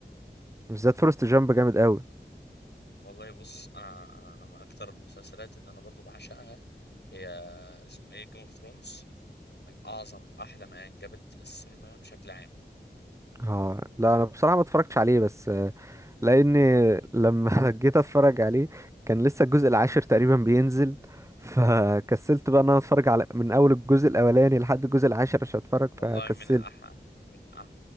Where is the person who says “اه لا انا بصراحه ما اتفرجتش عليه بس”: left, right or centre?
Right